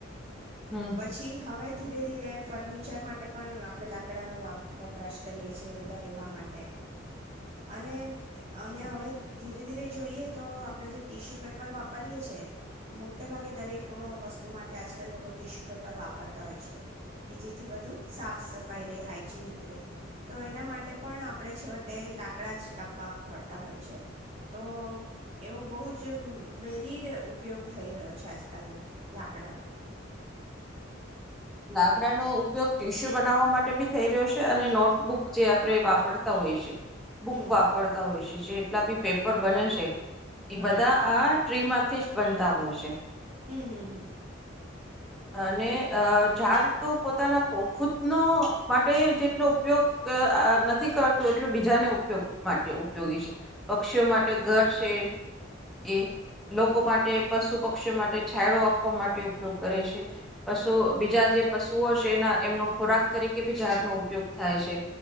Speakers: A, in the centre; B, on the right.
A: હમ
B: પછી હવે. ધીરે ધીરે ફર્નિચર માટે પણ આપણે લાકડાનો વપરાશ કરીએ છીએ અંદર રહેવા માટે અને અને હવે ધીરે ધીરે જોઈએ તો આપણે જે. ટીશ્યુ પેપર વાપરીએ છીએ મોટે ભાગે દરેક વસ્તુ માટે આજકાલ લોકો ટિશ્યુ પેપર વાપરતા હોય છે કે જેથી બધું સાફ સફાઈ રહેે હાાઈજીનિક રહે તો એના માટે પણ આપણે છેવટે લાકડા જ કાપવા પડતા હોય છે તો એવો બહુ જ. જે વેરિડ ઉપયોગ થઈ રહ્યો છે આજકાલ લાકડાનો.
A: લાકડાનોો ઉપયોગ ટીશ્યુ બનાવવા માટે ભી થઈ રહ્યો છે અને નોટબુક જે આપણે વાપરતા હોય છે. બુક
B: હમ
A: વાપરતા હોય છે જે. કેટલા બી પેપર બને છે. એ
B: હા
A: બધા આ ટ્રીમાંથી જ બનતા હોય છે.
B: હમ્મ હમ્મ હમ્મ.
A: અને અ ઝાડ તો પોતાના ખુદનો માટે જેટલો ઉપયોગ નથી કરતું એટલું બીજાને ઉપયોગ માટે ઉપયોગી છે પક્ષીઓ માટે ઘર છે એ લોકો માટે પશુ પક્ષીઓ માટે છાયડો આપવા માટે ઉપયોગ કરે છે પશુ બીજા જે પશુઓ છે એના એમનો ખોરાક તરીકે બી ઝાડનો ઉપયોગ થાય છે